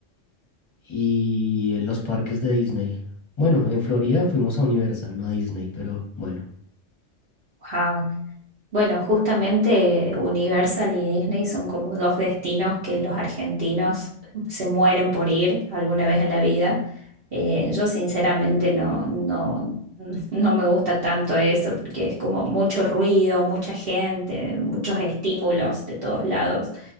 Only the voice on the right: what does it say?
wow. Bueno, justamente Universal y Disney son como dos destinos que los argentinos se mueren por ir alguna vez en la vida. Eh, yo sinceramente no, no, <laughs> no me gusta tanto eso porque es como mucho ruido, mucha gente, muchos estímulos de todos lados